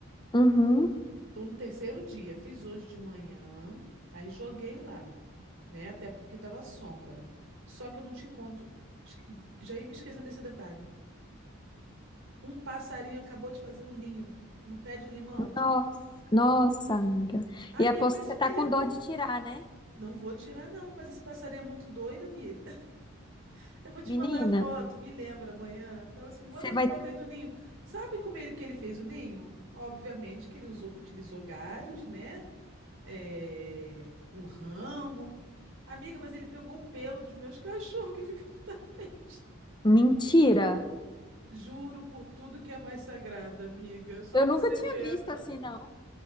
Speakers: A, on the left; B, on the right.
A: Uhum.
B: Tô no terceiro dia, fiz hoje de manhã, aí joguei lá, né? Até porque tava sombra. Só que eu não te conto, esque- já ia me esquecendo desse detalhe. Um passarinho acabou de fazer um ninho no pé de limão.
A: Nossa, nossa, amiga.
B: Amiga,
A: E aposto
B: mas
A: que você tá
B: ele
A: com
B: é muito
A: dó de tirar, né?
B: Não vou tirar, não, mas esse passarinho é muito doido, amiga. <laughs> Eu vou te
A: Menina,
B: mandar a foto, me lembra amanhã. Fala assim, me manda
A: você
B: a foto
A: vai
B: aí do ninho. Sabe como ele, que ele fez o ninho? Obviamente que ele usou- utilizou galhos, né? É, o ramo. Amiga, mas ele pegou o pelo dos meus cachorros que ficam no <laughs> tapete.
A: Mentira.
B: Juro por tudo que é mais sagrado, amiga. Só
A: Eu
B: você
A: nunca tinha
B: vendo.
A: visto
B: <laughs>
A: assim, não.